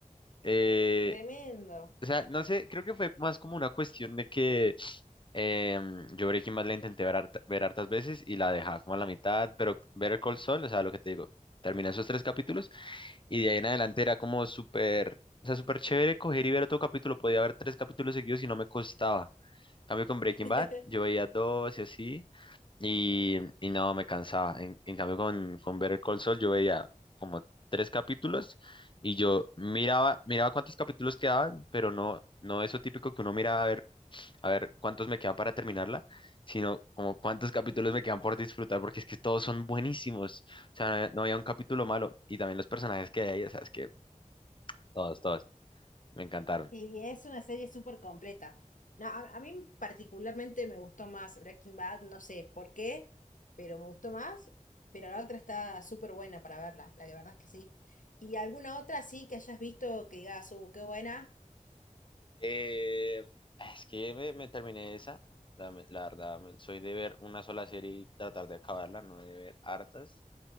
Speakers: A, on the left (about 35°); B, on the left (about 70°).
A: Eh,
B: tremendo.
A: O sea, no sé, creo que fue más como una cuestión de que em, yo Breaking Bad la intenté ver, harta- ver hartas veces y la dejaba como a la mitad, pero Better Call Saul, o sea, lo que te digo, terminé esos tres capítulos y de ahí en adelante era como súper, o sea, súper chévere coger y ver otro capítulo, podía ver tres capítulos seguidos y no me costaba. En Cambio con Breaking
B: <laughs>
A: Bad, yo veía dos y así, y, y no, me cansaba. En, en cambio, con, con Better Call Saul yo veía como tres capítulos y yo miraba, miraba cuántos capítulos quedaban, pero no, no eso típico que uno mira a ver, a ver cuántos me quedan para terminarla, sino como cuántos capítulos me quedan por disfrutar, porque es que todos son buenísimos. O sea, no había, no había un capítulo malo y también los personajes que hay ahí, o sea, es que todos, todos, me encantaron.
B: Y es una serie súper completa. No, a, a mí particularmente me gustó más Breaking Bad, no sé por qué, pero me gustó más. Pero la otra está súper buena para verla, la que verdad es que sí. ¿Y alguna otra sí que hayas visto que digas, uh, qué buena?
A: Eh, ah, es que me, me terminé esa. La, me- la verdad, me- soy de ver una sola serie y tratar de acabarla, no de ver hartas.